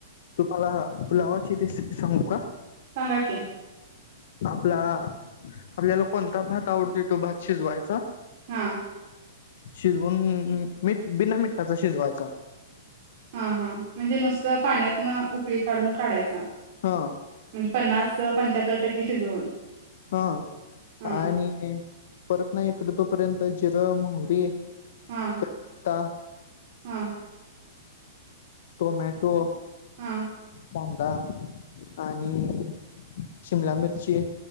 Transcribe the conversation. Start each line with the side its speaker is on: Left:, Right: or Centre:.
Left: तुम्हाला पुुलावाची रेसिपी सांगु का?
Right: सांगा कि
Left: आपला आपल्याला कोणता भात आवडतो तो भात शिजवायचा
Right: हा
Left: शिजवून मीठ बिना मिठाचा शिजवायचा
Right: हा हा म्हणजे नुसतं, पाण्यातन उकळी काढून काढायचा.
Left: हा
Right: म्हणजे पन्नास पंच्याहत्तर टक्के शिजवून.
Left: ह
Right: हा
Left: आणि परत ना इकड तोपर्यंत जिर, मोहरी
Right: हा
Left: कढीपत्ता
Right: हा
Left: टोमॅटो-
Right: हा.
Left: कांदा आणि शिमला मिरचीय-